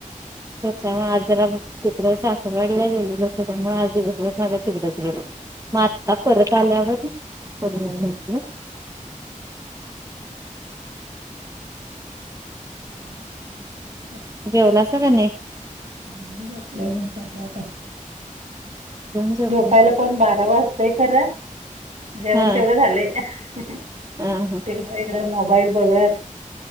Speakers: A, on the right (about 25°); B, on the right (about 55°).
A: त्याच्या आज जरा ब तिकड सासरवाडीला गेलेलो त्याच्यामुळे आज दिवसभर माझा तिकडेच गेलं. म आत्ता परत आल्यावर. हो हो.
B: बया तु स <unintelligible>
A: जेवला सा का नाही.
B: नाही घातले सध्या आता.
A: जेवून झोपले.
B: झोपयला पण बारा वाजतंय खरं. जेवण
A: हा
B: तेवढं झालय तिकडं
A: हा हा
B: इकडं मोबाईल बघत.